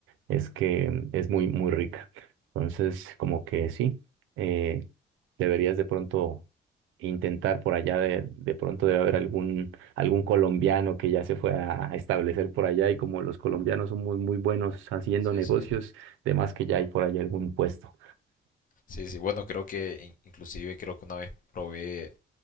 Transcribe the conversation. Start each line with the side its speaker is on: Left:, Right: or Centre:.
Right: es que es muy, muy rica. Entonces, como que sí, eh, deberías de pronto intentar por allá de, de pronto debe haber algún, algún colombiano que ya se fue a establecer por allá y como los colombianos son muy, muy buenos haciendo
Left: Sí,
Right: negocios,
Left: sí.
Right: de más que ya hay por allá algún puesto.
Left: Sí, sí. Bueno, creo que in- inclusive creo que una vez probé,